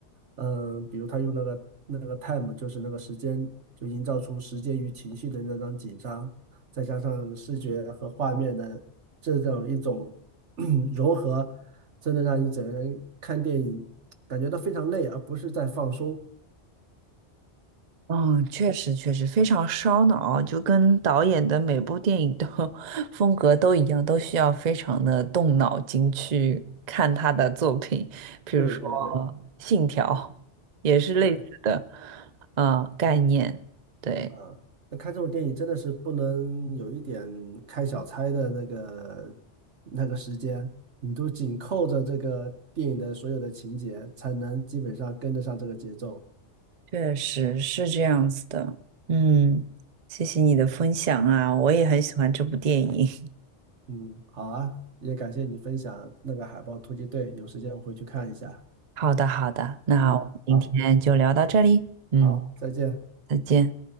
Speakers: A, on the right; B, on the right.
A: 嗯，比如他用那个那个 time，就是那个时间，就营造出时间与情绪的那张紧张，再加上视觉和画面的这种一种 <clears throat> 融合，真的让你整个人看电影感觉到非常累，而不是在放松。
B: 嗯，确实确实非常烧脑啊，就跟导演的每部电影的 <laughs> 风格都一样，都需要非常的动脑筋去看他的作品。比如说
A: 对对对，
B: 《信条》，也是类似的，
A: 是。
B: 呃，概念。对，
A: 啊，那看这种电影真的是不能有一点开小差的那个那个时间，你都紧扣着这个电影的所有的情节，才能基本上跟得上这个节奏。
B: 确实是这样子的。嗯，谢谢你的分享啊，我也很喜欢这部电影。
A: 嗯，好啊，也感谢你分享那个海豹突击队，有时间我回去看一下。
B: <laughs> 好的，好的，那我们今天就聊到这里。
A: 嗯，好，
B: 嗯，
A: 好，再见。
B: 再见。